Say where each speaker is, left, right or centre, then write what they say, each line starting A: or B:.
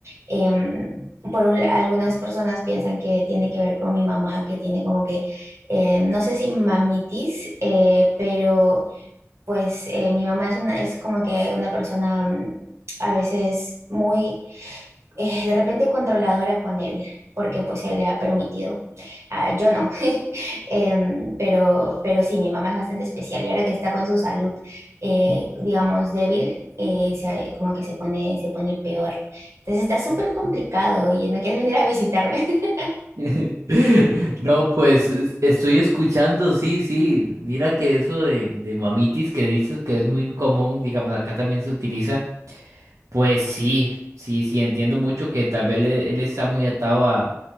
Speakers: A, on the right; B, on the right.
A: Em, por un- algunas personas piensan que tiene que ver con mi mamá, que tiene como que, em, no sé si mamitis, eh, pero pues eh, mi mamá es, una, es como que una persona mm, a veces muy eh, de repente controladora con él, porque pues se le ha permitido. Ah, yo no, <laughs> Em, pero, pero sí, mi mamá es bastante especial y ahora que está con su salud, eh, digamos, débil, eh, se- como que se pone, se pone peor. Entonces está súper complicado, oye, ¿no quieres venir a visitarme? <laughs>
B: <laughs> No, pues es- estoy escuchando, sí, sí. Mira que eso de, de mamitis que dices que es muy común, digamos, acá también se utiliza. Pues sí, sí, sí, entiendo mucho que tal vez le- él, está muy atado a,